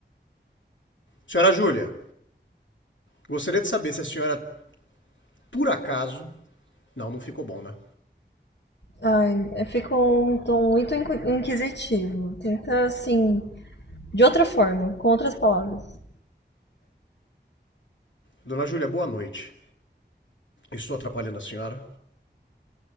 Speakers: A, on the left; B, on the left.
A: Senhora Júlia, gostaria de saber se a senhora, por acaso. Não, não ficou bom, né?
B: Ai, eu fico um tom muito inqui- inquisitivo. Tenta, assim, de outra forma, com outras palavras.
A: Dona Júlia, boa noite. Estou atrapalhando a senhora?